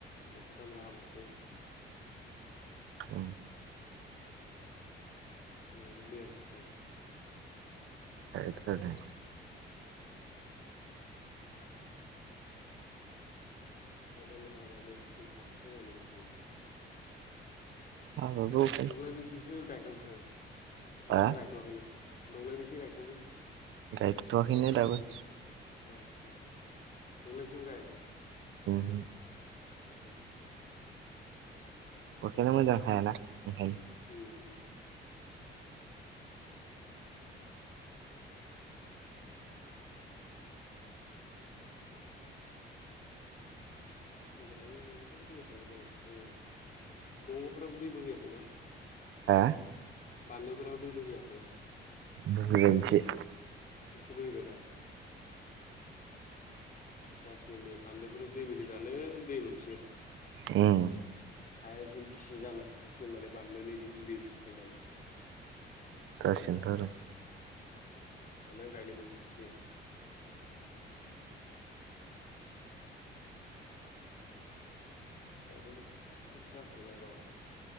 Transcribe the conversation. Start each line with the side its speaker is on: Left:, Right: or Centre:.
Left: अखा दामरा हाबासो
Right: अ
Left: नोंजों दैयानो थाखाया
Right: थायाथ' आरो।
Left: अखा दामरा हानानै दै थाबासो गायनो मोनखायो।
Right: आंनाथ'
Left: दब्लाय बेसेसो गायखांखो ना
Right: हा
Left: गायथ'वाखैनो दब्लाय बेसे गायखांखो?
Right: गायथ'वाखैनो दाबो।
Left: आदसा दब्लायसेबो गायाखै
Right: उम
Left: उम
Right: बेखायनो मोजां हायाना ओंखायनो
Left: <inaudible> गायमोनब्लाथ' मोजां जाबायमोन दंग'फोराबो दैबो होयाखैना?
Right: हो?
Left: बानलुफोराव दै बोहैयाखै
Right: बोहैबाय इसे
Left: एसे बोहैबाय दा? जासिगोन दे बान्दोफोर दै बोहैब्लानो दै मोनसिगोन
Right: औ
Left: हाया एसे गिसि जाना थाखायासो माने बानदोन दै सोबखां मानो
Right: दासिनोथ आरो
Left: माने गायनो मोनसिन गायदोंबो बोथां बाथ जाथारबाय र'